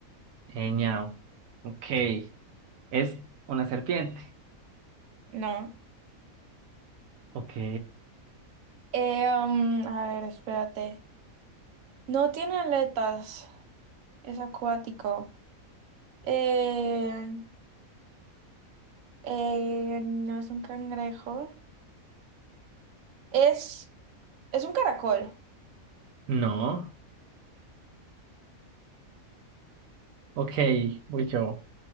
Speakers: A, on the right (about 80°); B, on the right (about 70°).
A: Eñao. Ok, es una serpiente.
B: No.
A: Ok,
B: Eh, um, a ver, espérate. No tiene aletas, es acuático. Eh, eh, no es un cangrejo. Es, es un caracol.
A: no. Ok, voy yo.